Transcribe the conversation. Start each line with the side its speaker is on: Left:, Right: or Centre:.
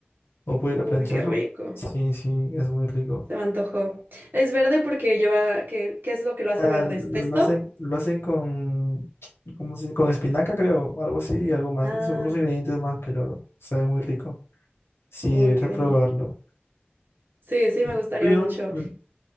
Left: ¿O pollo
Right: Uy,
Left: a la planchaja?
Right: qué rico.
Left: Sí, sí, es muy rico.
Right: Se me antojó. Es verde porque lleva. ¿Qué, qué es lo que lo hace
Left: Ah,
Right: verde?
Left: lo
Right: ¿Es pesto?
Left: hacen, lo hacen con, ¿cómo se- dice? Con espinaca, creo, algo así y algo más.
Right: Ah,
Left: No sé, unos ingredientes más, pero sabe muy rico. Sí,
Right: uy,
Left: deberías
Right: qué delicia.
Left: probarlo.
Right: Sí, sí,
Left: ¿Y
Right: me gustaría
Left: el tuyo?
Right: mucho.
Left: Bueno,